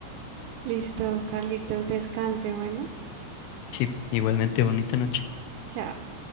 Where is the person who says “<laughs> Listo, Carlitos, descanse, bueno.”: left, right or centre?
Right